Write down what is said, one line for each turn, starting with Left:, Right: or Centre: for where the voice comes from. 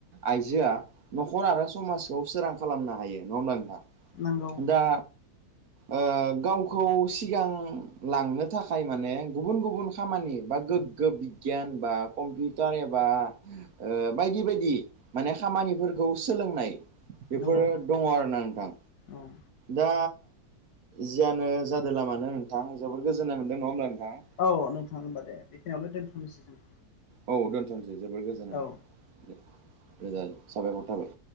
Right: आइजोआ न'खर आरो समाजखौ सोरां खालामनो हायो। नङा होमबा नोंथां
Left: नंगौ
Right: दा ओ गावखौ सिगां लांनो थाखाय माने गुबुन गुबुन खामानि बा गो गो बिगियान बा कम्पिउटार एबा ओ बायदि बायदि माने खामानिफोरखौ सोलोंनाय बेफोरो
Left: नंगौ
Right: दङ आरोना नोंथां।
Left: औ
Right: दा जियानो जादोला मानो नोंथां जोबोर गोजोननाय मोनदों नङा होमब्ला नोंथां?
Left: औ नोंथां होमबा दे बेखिनियावनो दोनथ'नोसै जों
Right: औ दोनथ'नोसै जोबोर गोजोननाय मोनबाय
Left: औ
Right: दे रोजा रोजा साबायखर थाबाय